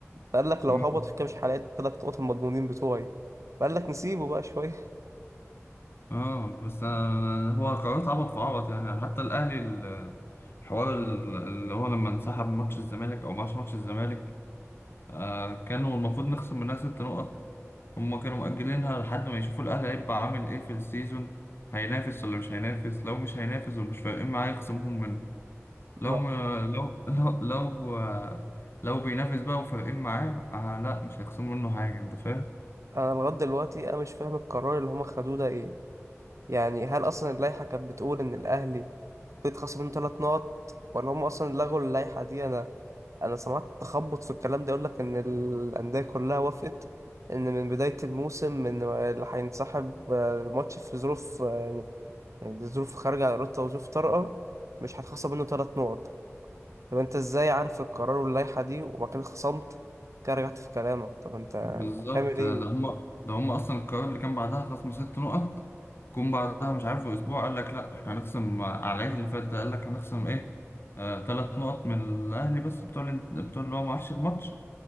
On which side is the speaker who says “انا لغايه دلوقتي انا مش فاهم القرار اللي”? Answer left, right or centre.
Right